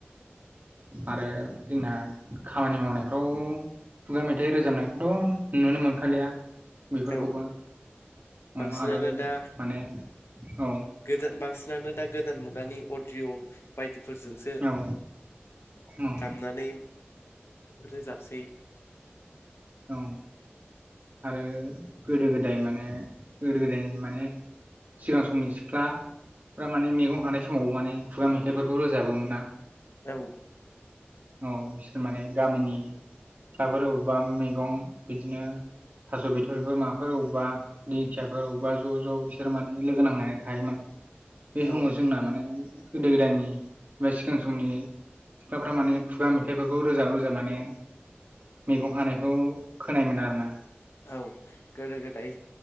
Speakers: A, on the right; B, on the left.
A: आरो जोंना खामानि मावनायफ्राव खुगा मेथाइ रोजाबनायखौथ' नुनो मोनखालिया बेफोरखौबो
B: औ
A: औ
B: बांसिनानो
A: आरो
B: दा
A: माने औ
B: गोदान बांसिनानो दा गोदान मुगानि अडिअ बायदि फोरजोंसो
A: औ औ
B: दामनानै रोजाब सेै
A: औ आरो गोदो गोदाय माने गोदो गोदायनि माने सिगां समनि सिख्लाफ्रा माने मैगं खानाय समाव माने खुगा मेथाइफोरखौ रोजाबो मोन ना
B: औ
A: औ । बिसोर माने गामिनि सिख्लाफोर अबेबा मैगं बिदिनो थास' बिथ'रिफोर माफोर बबेबा दिंखियाफोर अबेबा ज' ज' बिसोर माने लोगो नां ना खायोमोन बे
B: औ
A: समाव जोंना माने गोदो गोदायनि बा सिगां समनि सिख्लाफोरा माने खुगा मेथाइफोरखौ रोजाब रोजाब माने मैगं खानायखौ खोनायोन आरोना ।
B: औ गोदो गोदाय